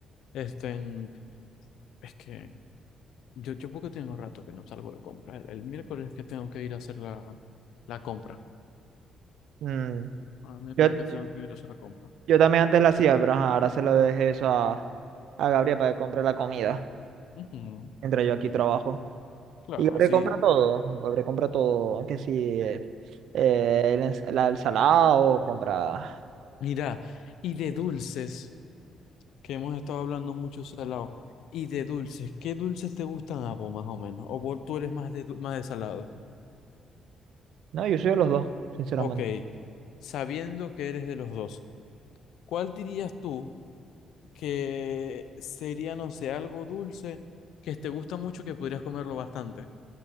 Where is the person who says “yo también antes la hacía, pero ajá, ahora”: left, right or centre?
Right